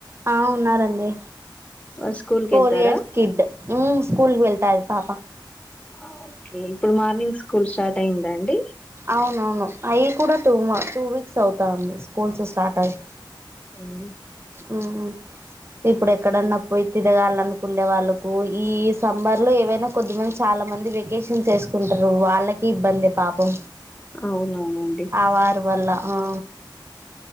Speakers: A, on the right (about 30°); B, on the left (about 15°).
A: ఆ ఉన్నారండి
B: వాళ్ళు స్కూల్
A: ఫోర్
B: కి వెళ్తారా
A: ఇయర్స్ కిడ్ ఉమ్ స్కూల్ వెళ్తా పాపా
B: ఆ ఓకే ఇప్పుడు మార్నింగ్ స్కూల్ స్టార్ట్ అయిందండి
A: అవునవును అయి కూడా టూ టూ వీక్స్ అవుతా అండి స్కూల్స్ స్టార్ట్ అయి
B: ఉమ్
A: ఉమ్ ఇప్పుడు ఎక్కడన్నా పోయి తిరగాలనుకుండే వాళ్ళలకు ఈ సబర్ లో ఏవైనా కొద్దిమంది చాలా మంది వెకేషన్స్ వేసుకుంటారు వాళ్ళకి ఇబ్బంది పాపం
B: అవునవునండి
A: ఆవారు వల్ల అ